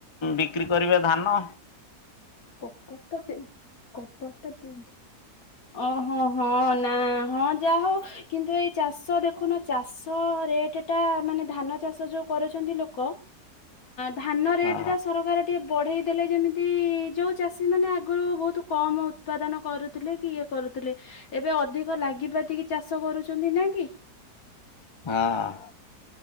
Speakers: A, on the left (about 30°); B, on the left (about 60°).
A: ବିକ୍ରି କରିବେ ଧାନ।
B: <unintelligible> କବାଟଟା ଦିନ୍। ଓହୋଃ ହଁ ନା ହଁ ଯାହା ହଉ। କିନ୍ତୁ ଏଇ ଚାଷ ଦେଖୁନ ଚାଷ ରେଟଟା ମାନେ ଧାନ ଚାଷ ଯୋଉ କରୁଛନ୍ତି ଲୋକ ଧାନ ରେଟ୍
A: ହଁ
B: ଟା ସରକାର ଟିକେ ବଢେଇ ଦେଲେ ଯେମିତି ଯୋଉ ଚାଷୀମାନେ ଆଗରୁ ବହୁତ କମ୍ ଉତ୍ପାଦନ କରୁଥିଲେ କି ଇଏ କରୁଥିଲେ। ଏବେ ଅଧିକ ଲାଗିପାତିକି ଚାଷ କରୁଛନ୍ତି ନା କି?
A: ହଁ।